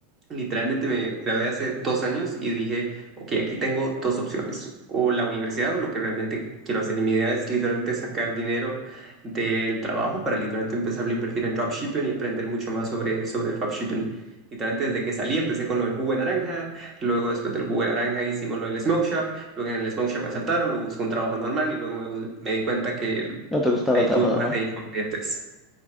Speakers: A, on the right; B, in the centre.
A: Literalmente me grabé hace dos años y dije, ok, aquí tengo dos opciones, o la universidad o lo que realmente quiero hacer. Y mi idea es literalmente sacar dinero del trabajo para literalmente empezar a invertir en dropshipping y aprender mucho más sobre, sobre el dropshipping. Literalmente desde que salí empecé con lo del jugo de naranja, luego después del jugo de naranja hicimos lo del smoke shop, luego en el smoke shop me asaltaron, luego busqué un trabajo normal y luego me, me di cuenta que
B: no te gustaba
A: ahí
B: el trabajo
A: tuve un
B: normal.
A: par de inconvenientes.